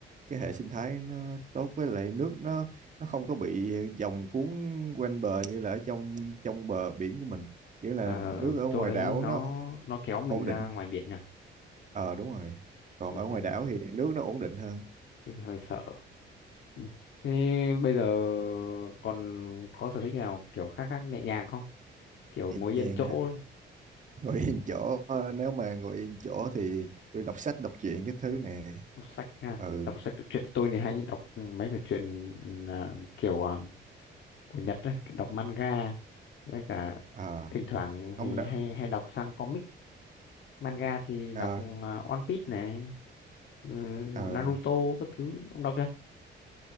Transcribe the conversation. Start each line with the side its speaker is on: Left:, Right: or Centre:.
Right: cái hệ sinh thái nó tốt với lại nước nó nó không có bị dòng cuốn quanh bờ như là ở trong trong bờ biển của mình nghĩa là
Left: ờ,
Right: nước ở ngoài
Left: chỗ đấy
Right: đảo
Left: nó
Right: nó
Left: nó kéo mình
Right: ổn
Left: ra
Right: định
Left: ngoài biển nhỉ
Right: ờ đúng rồi còn
Left: ừ,
Right: ở
Left: thế,
Right: ngoài
Left: thì,
Right: đảo thì nước nó ổn định hơn
Left: thế thì hơi sợ Ừ. thế bây giờ còn có sở thích nào kiểu khác khác nhẹ nhàng không kiểu
Right: nhẹ
Left: ngồi
Right: nhàng
Left: yên chỗ
Right: ha ngồi yên chỗ ờ, nếu mà ngồi yên chỗ thì tôi đọc sách đọc truyện cái thứ nè
Left: đọc sách ha
Right: ừ
Left: đọc sách đọc truyện tôi thì hay đọc mấy cái truyện à, kiểu à, của Nhật đấy kiểu đọc manga với cả
Right: à,
Left: thỉnh thoảng
Right: ông
Left: thì
Right: đã
Left: hay hay đọc sang comic manga thì đọc
Right: à,
Left: à, One Piece này ừ,
Right: à,
Left: Naruto các thứ ông đọc chưa